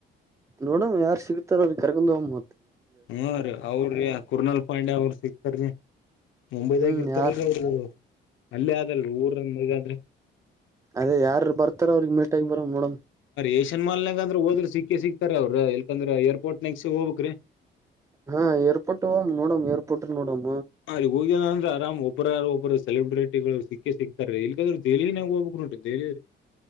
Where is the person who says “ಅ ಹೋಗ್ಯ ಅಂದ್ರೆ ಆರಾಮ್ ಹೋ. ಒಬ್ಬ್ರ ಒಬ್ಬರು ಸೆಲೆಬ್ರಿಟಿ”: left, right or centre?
Left